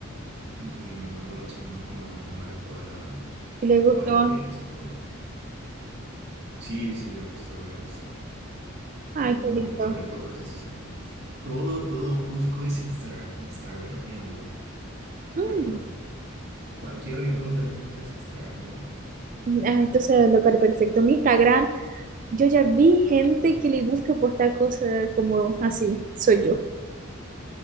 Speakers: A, on the right; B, on the right.
A: y me contó más o menos cómo, cómo era toda la,
B: le gustó.
A: toda la experiencia y todo. Sí, sí, le gustó, le gustó.
B: Ay,
A: Tiene
B: qué
A: un montón
B: lindo.
A: de fotos que se saca. Todo, todo Cusco es instra- instagramiable,
B: Mm.
A: de verdad. Cualquier rincón del Cusco es instagramiable.
B: Ah, entonces, el local perfecto. Mi Instagram. Yo ya vi gente que le gusta postar cosas como así. Soy yo,